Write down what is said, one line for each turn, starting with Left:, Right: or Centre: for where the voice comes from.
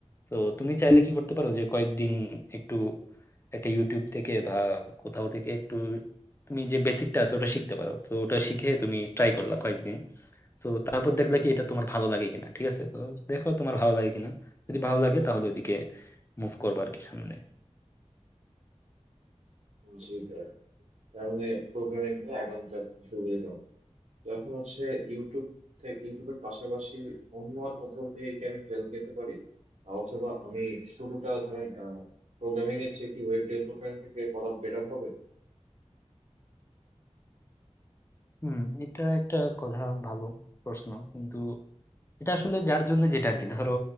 Left: তো তুমি চাইলে কি করতে পারো যে কয়েকদিন একটু একটা ইউটিউব থেকে বা কোথাও থেকে একটু তুমি যে বেসিকটা আছে ওটা শিখতে পারো তো ওটা শিখে তুমি ট্রাই করলা কয়েকদিন তো তারপর দেখলে কি এটা তোমার ভালো লাগে কিনা ঠিক আছে তো দেখো তোমার ভালো লাগে কিনা যদি ভালো লাগে তাহলে ওইদিকে মুভ করবো আর কি সামনে
Right: জি ভাই তার মানে প্রোগ্রামিং নিয়ে এখনকার সুবিধাজনক যখন হচ্ছে ইউটিউব থেকে ইউটিউবের পাশাপাশি অন্য আর কোথাও থেকে কি আমি হেল্প নিতে পারি আহ, অথবা আমি শুরুটা ধরেন প্রোগ্রামিং এর চেয়ে কি ওয়েব ডেভেলপমেন্ট থেকে করা বেটার হবে
Left: হুম এটা একটা কথা ভালো প্রশ্ন কিন্তু এটা আসলে যার জন্য যেটা আর কি ধরো